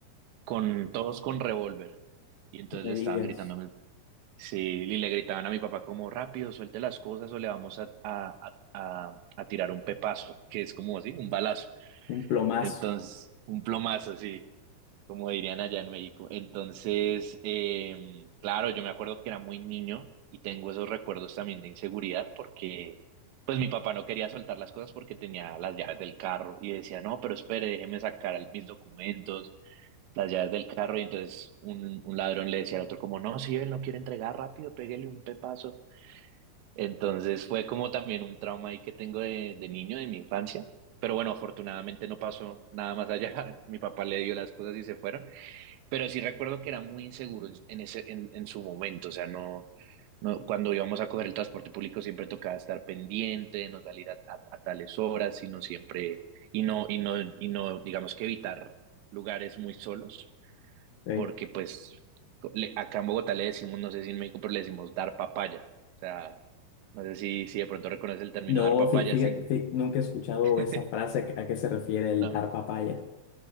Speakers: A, on the right; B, on the left.
A: con todos con revólver. Y entonces
B: no me
A: le estaban
B: digas,
A: gritando, a mi- sí, y le gritaban a mi papá como rápido, suelte las cosas o le vamos a, a, a, a, a tirar un pepazo, que es como así, un balazo.
B: un plomazo,
A: Entonces, un plomazo, sí como dirían allá en México. Entonces, em, claro, yo me acuerdo que era muy niño y tengo esos recuerdos también de inseguridad porque, pues mi papá no quería soltar las cosas porque tenía las llaves del carro y decía, no, pero espere, déjeme sacar el- mis documentos, las llaves del carro. Y entonces un, un ladrón le decía al otro como, no, si él no quiere entregar rápido, pégale un pepazo. Entonces fue como también un trauma ahí que tengo de, de niño, de mi infancia. Pero bueno, afortunadamente no pasó nada más allá. <laughs> Mi papá le dio las cosas y se fueron. Pero sí recuerdo que era muy inseguro en, en ese, en, en su momento, o sea, no, no, cuando íbamos a coger el transporte público siempre tocaba estar pendiente, de no salir a, a- a tales horas, sino siempre, y no, y no, y no, digamos que evitar lugares muy solos,
B: ok.
A: porque pues co- le- acá en Bogotá le decimos, no sé si en México, pero le decimos dar papaya. O sea, no sé si, si de pronto reconoce el término
B: No,
A: dar papaya,
B: fíjate,
A: sin...
B: nunca he escuchado
A: <laughs>
B: esa frase a qué se refiere
A: ¿no?
B: el dar papaya,